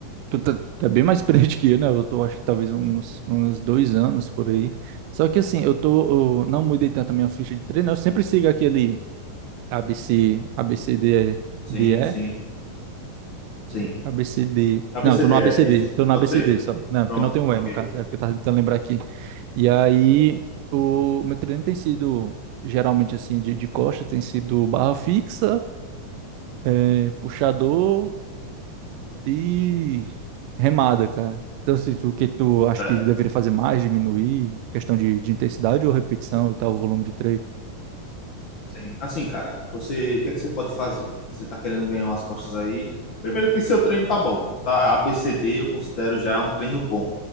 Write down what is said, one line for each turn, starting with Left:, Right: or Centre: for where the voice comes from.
Right: tu tá, tá bem mais <laughs> experiente que eu, né? Eu tô, acho que talvez uns, uns dois anos por aí. Só que assim, eu tô, eu não mudei tanto a minha ficha de treino. Eu sempre sigo aquele a a b b c A B c d
Left: Sim,
Right: e É?
Left: sim, sim.
Right: ABC, D.
Left: ABCDE,
Right: Não, eu tô no A B C D.
Left: isso.
Right: tô no
Left: Pode
Right: A B
Left: ser.
Right: C D, só. Não,
Left: Pronto,
Right: porque não tem o
Left: ok.
Right: E no caso, é o que eu tava tentando lembrar aqui. E aí,
Left: Uhum.
Right: o meu treino tem sido, geralmente assim, de, de costa, tem sido barra fixa, é, puxador e remada, cara. Então, se tu, o que tu acha
Left: Tá,
Right: que deveria fazer mais, diminuir, questão de, de intensidade ou repetição e tal, o volume de treino?
Left: sim. Assim, cara, você, o que é que você pode fazer? Você tá querendo ganhar umas costas aí? Primeiro que seu treino tá bom, tá? ABCD eu considero já um treino bom.